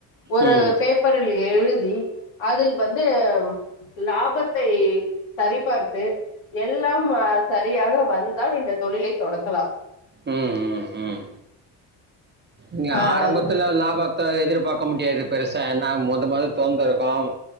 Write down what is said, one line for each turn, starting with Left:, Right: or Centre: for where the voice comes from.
Left: ஒரு
Right: ம்
Left: பேப்பரில் எழுத் வீய் அதில் வந்து லாபத்தை சரிபார்த்து எல்லாம்ம சரியாக வந்தால் இந்த தொழிலை தொடங்கலா
Right: ம் ம் ம் நீ
Left: ஆஹ்
Right: ஆரம்பத்துல லாபத்தை எதிர்ப் பாக்க முடியாது பெருசா என்ன முத மாரி தோந்து இருக்கும்